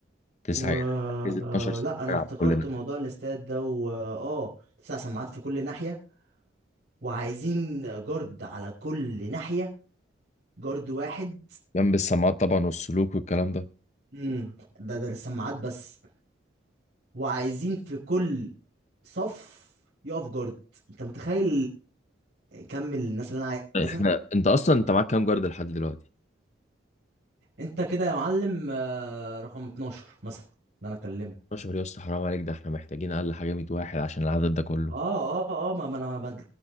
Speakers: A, on the left (about 35°); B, on the right (about 65°).
A: تسعه
B: و
A: ايه ده عايز 12
B: آه،
A: سنه
B: لا انا
A: على
B: افتكرت
A: كلنا
B: موضوع الاستاد ده و اه تسع سماعات في كل ناحية وعايزين جارد على كل ناحية جارد واحد
A: جنب السماعات طبعا والسلوك والكلام ده
B: امم ده ده للسماعات بس وعايزين في كل صف يقف جارد انت متخيل كم الناس اللي انا عايزها
A: احنا انت اصلا انت معاك كام جارد لحد دلوقتي
B: انت كده يا معلم آه، رقم 12 مثلا ده انا اكلمه
A: 12 يا اسطى حرام عليك ده احنا محتاجين اقل حاجه 100 واحد عشان العدد ده كله
B: اه اه اه ما ما انا ما ما- انت